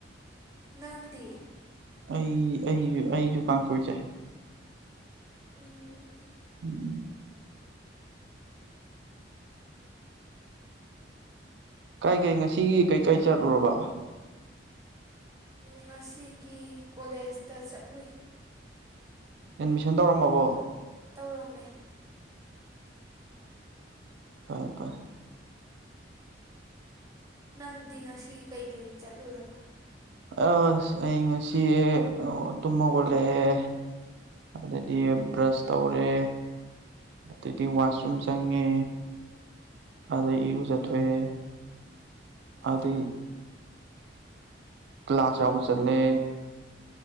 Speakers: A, on the right; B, on the right.
A: ꯅꯪꯗꯤ
B: ꯑꯩ ꯑꯩ ꯑꯩꯖꯨ ꯀꯥꯡꯆꯣꯏ ꯆꯥꯏ
A: ꯎꯝ
B: ꯎꯝ ꯀꯥꯏ ꯀꯩ ꯉꯁꯤꯒꯤ ꯀꯩꯀꯩ ꯆꯠꯂꯨꯔꯕ
A: ꯉꯁꯤꯒꯤ ꯀꯣꯂꯦꯖꯇ ꯆꯠꯂꯨꯏ
B: ꯑꯦꯗꯃꯤꯁꯟ ꯇꯧꯔꯝꯃꯕꯣ
A: ꯇꯧꯔꯝꯃꯦ
B: ꯀꯔ ꯀ
A: ꯅꯪꯗꯤ ꯉꯁꯤ ꯀꯩꯀꯩ ꯆꯠꯂꯨꯔꯕ
B: ꯑꯁ ꯑꯩ ꯉꯁꯤ ꯑ ꯇꯨꯝ ꯍꯩꯒꯠꯂꯛꯑꯦ ꯑꯗꯩꯗꯤ ꯕ꯭ꯔꯁ ꯇꯧꯔꯦ ꯑꯗꯩꯗꯤ ꯋꯥꯁꯔꯨꯝ ꯆꯪꯉꯦ ꯑꯗꯩ ꯏꯔꯨꯖꯊꯣꯛꯑꯦ
A: ꯎꯝ
B: ꯑꯥꯗꯩ ꯀ꯭ꯂꯥꯁ ꯌꯥꯎꯕ ꯆꯠꯂꯦ